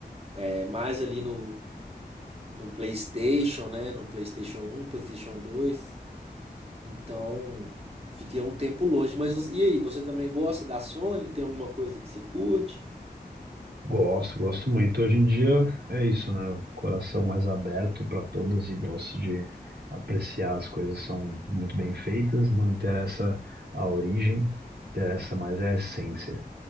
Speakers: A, on the right; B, on the right.
A: é, mais ali no, no PlayStation, né? No PlayStation 1, PlayStation 2. Então fiquei um tempo longe. Mas você- e aí, você também gosta da Sony? Tem alguma coisa que se curte?
B: Gosto, gosto muito. Hoje em dia é isso, né? O coração mais aberto para todas e gosto de apreciar as coisas que são muito bem feitas, não interessa a origem, interessa mais é a essência.